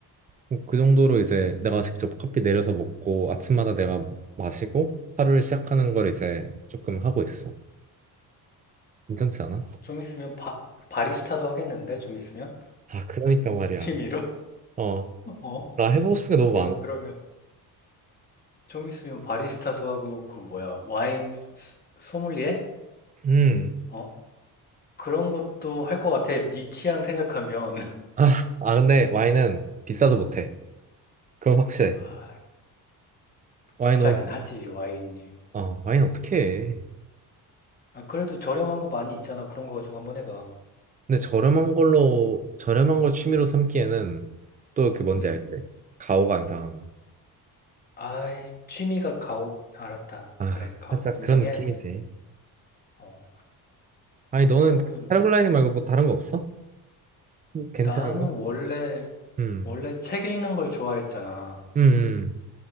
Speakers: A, on the right; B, on the left.
A: 뭐그 정도로 이제 내가 직접 커피 내려서 먹고 아침마다 내가 마시고 하루를 시작하는 걸 이제 조금 하고 있어. 괜찮지 않아?
B: 좀 있으면 바, 바리스타도 하겠는데? 좀 있으면?
A: 아, 그러니까 말이야.
B: 취미로?
A: 어,
B: <laughs> 어,
A: 나 해보고 싶은 게 너무
B: 야,
A: 많아.
B: 그러면. 좀 있으면 바리스타도 하고 그 뭐야 와인 소- 소믈리에?
A: 음.
B: 어? 그런 것도 할 것 같아. 네 취향 생각하면 <laughs>
A: 아, 아, 근데 와인은 비싸도 못해. 그건 확실해.
B: 아,
A: 와인
B: 비싸긴
A: 너무 비싸.
B: 하지 와인이.
A: 어, 와인 어떻게 해.
B: 아, 그래도 저렴한 거 많이 있잖아. 그런 거 가지고 한번 해봐.
A: 근데 저렴한 걸로, 저렴한 걸 취미로 삼기에는 또 그 뭔지
B: 음.
A: 알지? 가오가 안 상하는 거.
B: 아, 취미가 가오. 알았다.
A: 아,
B: 그래, 가오.
A: 살짝
B: 인정해야지.
A: 그런 느낌이지.
B: 어.
A: 아니, 너는
B: 그러면
A: 패러글라이딩 말고 뭐 다른 거 없어? 괜찮은
B: 나는
A: 거?
B: 원래
A: 음,
B: 원래 책 읽는 걸 좋아했잖아.
A: 음, 음.